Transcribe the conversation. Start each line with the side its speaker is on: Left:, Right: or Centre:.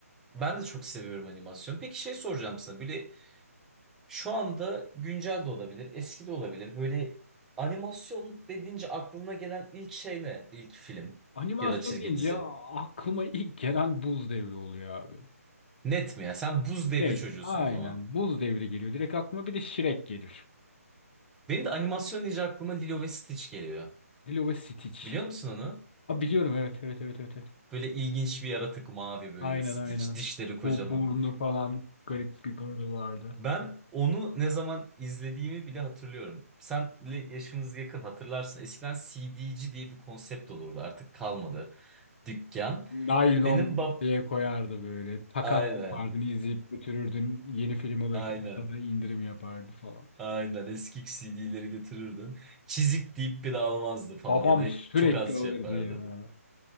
Centre: Ben de çok seviyorum animasyon. Peki şey soracağım sana. Böyle şu anda güncel de olabilir, eski de olabilir. Böyle animasyon dediğince aklına gelen ilk şey ne? İlk film
Left: Animasyon
Centre: ya da çizgi
Left: deyince
Centre: dizi.
Left: aklıma ilk gelen Buz Devri oluyor abi.
Centre: Net mi ya? Sen buz devri
Left: Evet,
Centre: çocuğusun
Left: aynen.
Centre: o zaman.
Left: Buz Devri geliyor. Direkt aklıma bir de Shrek gelir.
Centre: Benim de animasyon deyince aklıma Lilo ve Stitch geliyor.
Left: Lilo ve Stitch.
Centre: Biliyor musun onu?
Left: Ha, biliyorum evet evet evet evet. evet.
Centre: Böyle ilginç bir yaratık mavi böyle
Left: Aynen
Centre: Stitch.
Left: aynen.
Centre: Dişleri kocaman.
Left: Bu burnu falan garip bir burnu vardı.
Centre: Ben onu ne zaman izlediğimi bile hatırlıyorum. Senle yaşımız yakın hatırlarsın. Eskiden C CD'ci diye bir konsept olurdu. Artık kalmadı. Dükkan.
Left: Naylon
Centre: Benim bab...
Left: diye koyardı böyle. Takas
Centre: Aynen.
Left: yapardın, izleyip götürürdün. Yeni film alırken
Centre: Aynen.
Left: sana indirim yapardı falan.
Centre: Aynen. Eski C D'leri götürürdün. Çizik deyip bir de almazdı falan.
Left: Babam
Centre: Ya da
Left: sürekli
Centre: çok az
Left: alırdı
Centre: şey yapardı.
Left: ya.